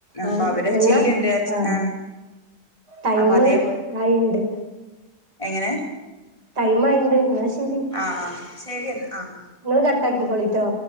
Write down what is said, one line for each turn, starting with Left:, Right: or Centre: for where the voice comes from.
Left: അപ്പൊ
Right: ആഹ്
Left: അവരെ
Right: എന്നാ
Left: ചില്ലുണ്ട്
Right: ആഹ്
Left: ആ
Right: ടൈമ്
Left: അപ്പൊ അതേപോലെ
Right: ആയിണ്ട്
Left: എങ്ങനെ
Right: ടൈം ആയിണ്ട് എന്നാ ശരി
Left: ആഹ് ആഹ് ശരിയന്നാ ആഹ്
Right: നിങ്ങള് കട്ടാക്കിക്കോളിട്ടോ